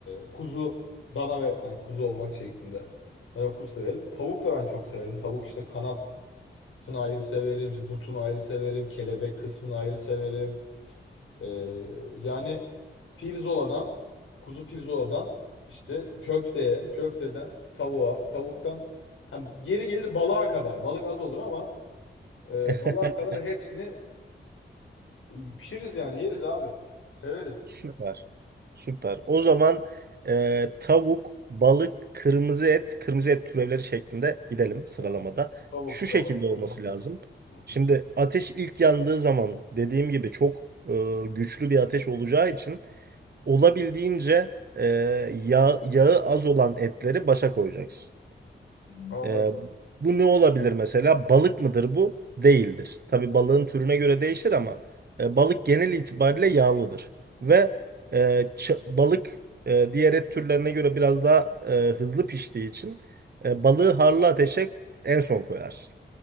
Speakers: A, on the left (about 85°); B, on the right (about 50°).
A: E, kuzu, dana ve yani kuzu olmak şeklinde. Dana ve kuzu severim. Tavuk da ben çok severim. Tavuk işte kanatını ayrı severim. işte butunu ayrı severim. Kelebek kısmını ayrı severim. Ee, yani pirzoladan, kuzu pirzoladan işte köfteye, köfteden tavuğa, tavuktan hani geri gelir balığa kadar. Balık az olur ama e,
B: <laughs>
A: balığa kadar hepsini e, pişiririz yani yeriz abi. Severiz.
B: Süper, süper. O zaman e, tavuk, balık, kırmızı et, kırmızı et türevleri şeklinde gidelim sıralamada.
A: Hı. Tavuk,
B: Şu şekilde
A: balık,
B: olması
A: kırmızı
B: lazım.
A: et. Hı
B: Şimdi
A: hı.
B: ateş ilk yandığı zaman dediğim gibi çok e, güçlü bir ateş olacağı için olabildiğince e, yağ, yağı az olan etleri başa koyacaksın.
A: Anladım.
B: Ee, bu ne olabilir mesela? Balık mıdır bu? Değildir. Tabii balığın türüne göre değişir ama e, balık genel itibariyle yağlıdır. Ve e, ç- balık e, diğer et türlerine göre biraz daha e, hızlı piştiği için e, balığı harlı ateşe en son koyarsın.